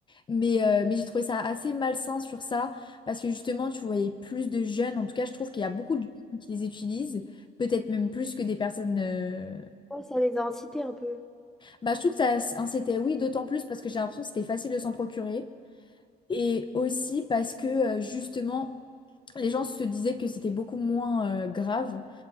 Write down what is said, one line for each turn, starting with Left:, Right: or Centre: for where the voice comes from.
Left: Mais, euh, mais j'ai trouvé ça assez malsain sur ça. Parce que justement, tu voyais plus de jeunes, en tout cas, je trouve qu'il y a beaucoup de jeunes qui les utilisent, peut-être même plus que des personnes... euh,
Centre: Ouais, ça les a incités un peu.
Left: Bah, je trouve que ça, c'était oui, d'autant plus parce que j'ai l'impression que c'était facile de s'en procurer. Et aussi parce que, euh, justement, les gens se disaient que c'était beaucoup moins euh, grave.